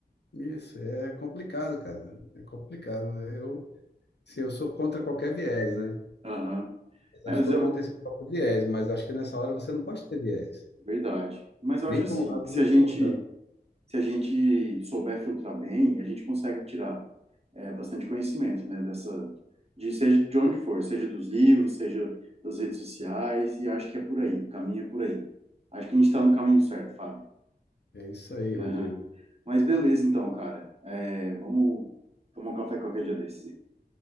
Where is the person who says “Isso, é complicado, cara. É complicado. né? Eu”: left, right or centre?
Left